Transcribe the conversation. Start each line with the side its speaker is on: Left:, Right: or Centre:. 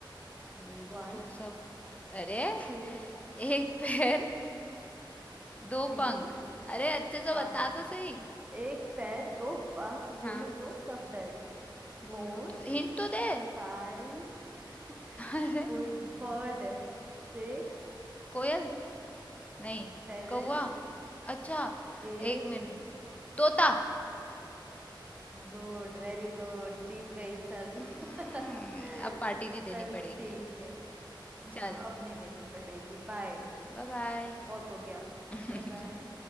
Left: बोलू
Right: वन
Left: तो सब अरे
Right: टू
Left: एक पैर दो
Right: थ्री
Left: पंख अरे अच्छे से
Right: हाँ
Left: बता तो सही
Right: एक पैर दो पंख बोलू
Left: हाँ
Right: तो सब डरे
Left: बोलू
Right: फोर
Left: तो हिंट तो दे
Right: फाइव <laughs>
Left: अरे
Right: कोई बर्ड है Six
Left: कोयल नहीं
Right: Seven
Left: कौवा
Right: <laughs>
Left: अच्छा
Right: Eight
Left: एक मिनट तोता
Right: Good very good जीत गई चल
Left: हम्म,
Right: <laughs>
Left: अब पार्टी भी देनी
Right: चल
Left: पड़ेगी
Right: ठीक है
Left: चल
Right: हाँ अब नहीं देनी पड़ेगी बाय
Left: Bye bye
Right: बहुत हो गया
Left: <laughs>
Right: Bye bye